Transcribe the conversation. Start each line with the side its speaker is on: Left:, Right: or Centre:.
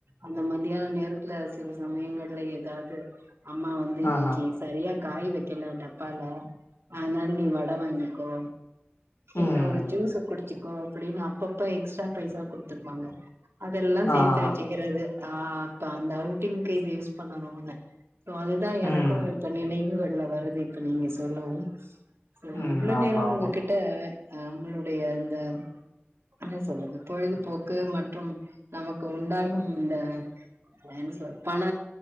Right: அந்த மத்யான நேரத்துல சில சமயங்கள்ல ஏதாவது அம்மா வந்து இன்னைக்கு
Left: ஆஹா
Right: சரியா காய் வெக்கல டப்பால அதனால நீ வட வாங்கிக்கோ இல்ல
Left: ம்
Right: ஒரு ஜூஸ குடிச்சுக்கோ அப்படின்னு அப்பப்ப எக்ஸ்ட்ரா பைசா குடுத்துருப்பாங்க அதெல்லா சேத்து
Left: ஆஹா
Right: வெச்சுக்கிறது ஆ அப்ப அந்த அவுட்டிங்க்கு இது யூஸ் பண்ணணுன்னு சோ அதுதா
Left: ம்
Right: எனக்கு இப்ப நினைவுகள்ல வருது இப்ப நீங்க சொல்லவு சோ
Left: ம்
Right: இவ்ள
Left: ஆமா
Right: நேர உங்ககிட்ட
Left: ஆமா
Right: நம்மளுடைய இந்த என்ன சொல்றது பொழுதுபோக்கு மற்றும் நமக்கு உண்டாகும் இந்த என் சொல் பண